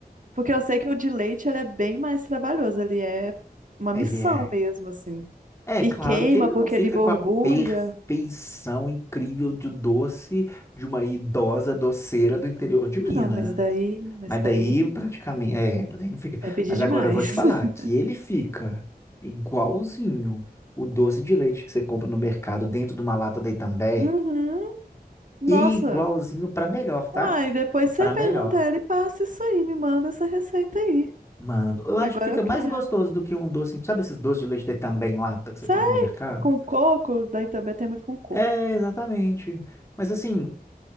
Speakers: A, on the right; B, on the left.
A: Porque eu sei que o de leite ele é bem mais trabalhoso, ele é uma
B: Ele
A: missão
B: é.
A: mesmo, assim.
B: É
A: E
B: claro
A: queima
B: que ele
A: porque
B: não fica
A: ele borbulha.
B: com a perfeição incrível de doce de uma idosa doceira do interior de Minas.
A: Ah, não, mas daí, mas
B: Mas
A: daí.
B: daí praticamente, é, daí não fica.
A: É pedir
B: Mas
A: demais.
B: agora eu vou te falar
A: <laughs>
B: que ele fica igualzinho o doce de leite que você compra no mercado dentro de uma lata da Itambé,
A: Uhum. Nossa.
B: igualzinho para melhor, tá?
A: Uai, depois você
B: Para
A: pergunta
B: melhor.
A: a ela e passa isso aí, me manda essa receita aí.
B: Mano, eu acho
A: Agora
B: que fica
A: eu quero.
B: mais gostoso do que um doce. Sabe esses doces de leite de também em lata que você
A: Sai
B: compra no mercado?
A: com coco, daí também tem muito com coco.
B: É, exatamente. Mas assim,